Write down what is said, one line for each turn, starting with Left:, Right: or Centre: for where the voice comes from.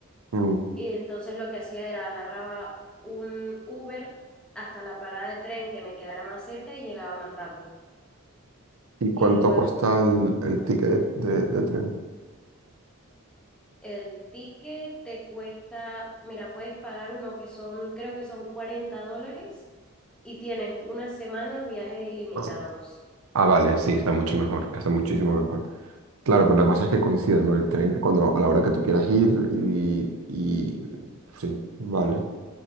Right: Mm.
Centre: Y entonces lo que hacía era agarraba un Uber hasta la parada de tren que me quedara más cerca y llegaba más rápido.
Right: ¿Y cuánto
Centre: Y luego,
Right: cuesta el, el ticket de, de tren?
Centre: El ticket te cuesta, mira, puedes pagar uno que son, creo que son 40 dólares y tienes una semana viajes ilimitados.
Right: Ah, Ah, vale, sí, está mucho mejor. Está muchísimo mejor. Claro, pero la cosa es que coincida, ¿no? El tren que cuando, a la hora que tú quieras ir y... y... Sí, vale.